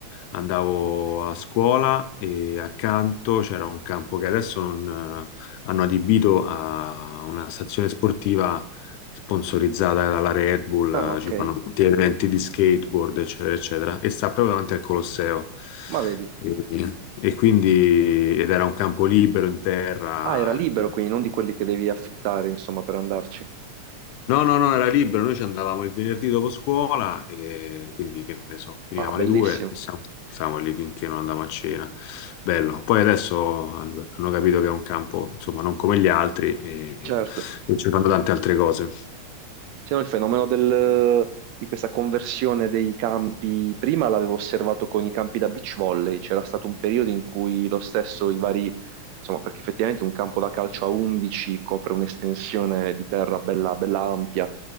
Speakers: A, on the left; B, on the right.
A: andavo a scuola e accanto c'era un campo che adesso non, eh, hanno adibito a una stazione sportiva sponsorizzata dalla Red Bull,
B: Ah, ok.
A: eh, ci fanno tutti eventi di skateboard, eccetera, eccetera, e sta proprio davanti al Colosseo.
B: Ma vedi.
A: E, e quindi, ed era un campo libero in terra,
B: Ah, era libero
A: e
B: quindi, non di quelli che devi affittare, insomma, per andarci.
A: No, no, no, era libero, noi ci andavamo il venerdì dopo scuola e quindi che ne so, finivamo
B: Ah, bellissimo.
A: alle due e stavamo, stavamo lì finché non andavamo a cena. Bello. Poi adesso hanno hanno capito che è un campo, insomma, non come gli altri e,
B: Certo.
A: e ci fanno tante altre cose.
B: Sì, no, il fenomeno del- di questa conversione dei campi, prima l'avevo osservato con i campi da beach volley, c'era stato un periodo in cui lo stesso i vari, insomma, perché effettivamente un campo da calcio a 11 copre un'estensione di terra bella, bella ampia,